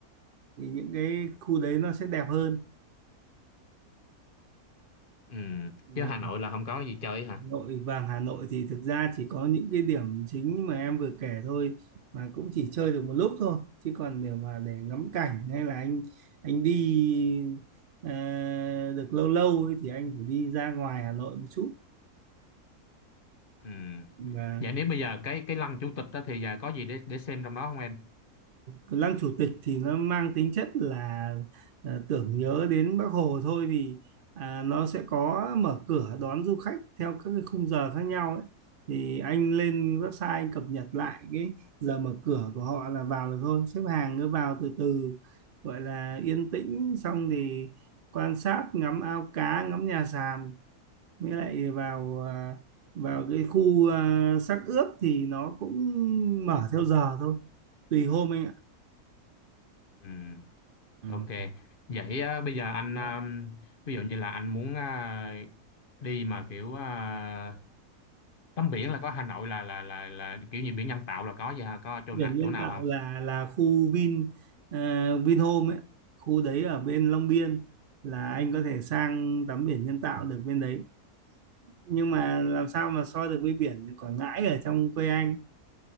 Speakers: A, on the right; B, on the left.
A: thì những cái khu đấy nó sẽ đẹp hơn
B: Ừ.
A: và
B: Chứ Hà Nội là không có gì chơi hả?
A: Hà Nội vàng Hà Nội thì thực ra chỉ có những cái điểm chính mà em vừa kể thôi mà cũng chỉ chơi được một lúc thôi chứ còn nếu mà để ngắm cảnh hay là anh anh đi ờ, được lâu lâu ấy, thì anh phải đi ra ngoài Hà Nội một chút
B: Ừ.
A: và
B: Vậy nếu bây giờ cái cái lăng chủ tịch đó thì giờ có gì để để xem trong đó không em?
A: lăng chủ tịch thì nó mang tính chất là à, tưởng nhớ đến Bác Hồ thôi vì à, nó sẽ có mở cửa đón du khách theo các cái khung giờ khác nhau ấy. Thì anh lên website anh cập nhật lại cái giờ mở cửa của họ là vào được thôi xếp hàng cứ vào từ từ gọi là yên tĩnh xong thì quan sát ngắm ao cá ngắm nhà sàn mới lại vào à, vào cái khu à, xác ướp thì nó cũng mở theo giờ thôi tùy hôm anh ạ
B: Ừ.
A: Ừ.
B: Ok. Vậy à, bây giờ anh
A: Đó.
B: à, ví dụ như là anh muốn à, đi mà kiểu à, tắm biển là có Hà Nội là là là là kiểu như biển nhân tạo là có gì hả? Có chỗ
A: Biển
B: nào
A: nhân
B: chỗ nào
A: tạo
B: không?
A: là là khu Vin uh, Vinhome ấy. Khu đấy ở bên Long Biên là anh có thể sang tắm biển nhân tạo được bên đấy nhưng mà làm sao mà so được với biển Quảng Ngãi ở trong quê anh